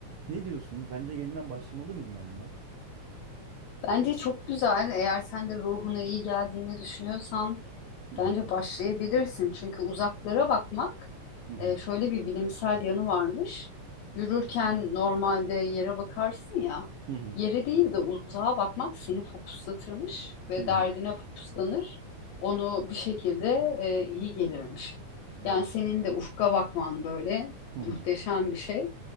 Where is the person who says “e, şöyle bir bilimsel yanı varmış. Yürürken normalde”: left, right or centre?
Left